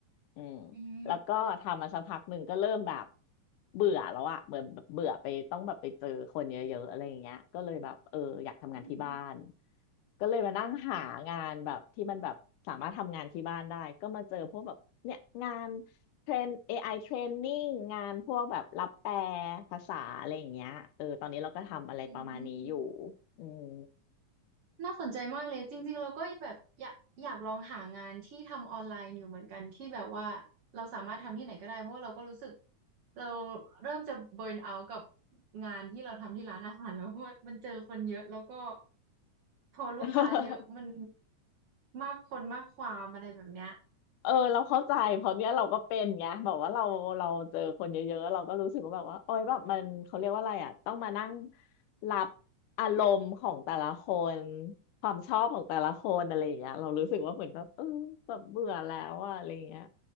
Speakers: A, on the left (about 85°); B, on the right (about 50°).
A: อืม
B: อืม
A: แล้วก็ทำมาสักพักหนึ่งก็เริ่มแบบเบื่อแล้วอ่ะเบื่อเบื่อไปต้องแบบไปเจอคนเยอะๆอะไรอย่างเงี้ยก็เลยแบบเอออยากทำงานที่บ้าน
B: อืม
A: ก็เลยมานั่งหางานแบบที่มันแบบสามารถทำงานที่บ้านได้ก็มาเจอพวกแบบเนี่ยงาน เทรน AI training งานพวกแบบรับแปลภาษาอะไรอย่างเงี้ยเออตอนนี้เราก็ทำอะไรประมาณนี้อยู่
B: อืม
A: อืม
B: น่าสนใจมากเลยจริงๆเราก็แบบอยากอยากลองหางานที่ทำออนไลน์อยู่เหมือนกันที่แบบว่าเราสามารถทำที่ไหนก็ได้เพราะว่าเราก็รู้สึกเราเริ่มจะเบิร์นเอาท์กับงานที่เราทำที่ร้านอาหารแล้วเพราะว่ามันเจอคนเยอะแล้วก็พอลูกค้าเยอะมัน
A: <laughs>
B: มากคนมากความอะไรแบบเนี้ย
A: เออเราเข้าใจเพราะเนี้ยเราก็เป็นไงแบบว่าเราเราเจอคนเยอะๆเราก็รู้สึกว่าแบบว่าโอ๊ยแบบมันเขาเรียกว่าอะไรอ่ะต้องมานั่งรับอารมณ์ของแต่ละคน ความชอบของแต่ละคนอะไรอย่างเงี้ยเรารู้สึกว่าเหมือนแบบเออแบบเบื่อแล้วอะอะไรอย่างเงี้ย